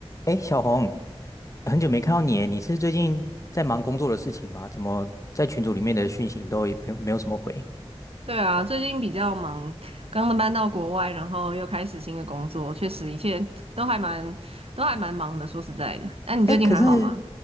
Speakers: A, on the left; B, on the right.
A: 哎，小红，很久没看到你耶，你是最近在忙工作的事情吗？怎么在群组里面的讯息你都也没有没有什么回？
B: 对啊，最近比较忙，刚刚搬到国外，然后又开始新的工作，确实一切都还蛮都还蛮忙的。说实在的，那、你最近还好吗？
A: 哎，可是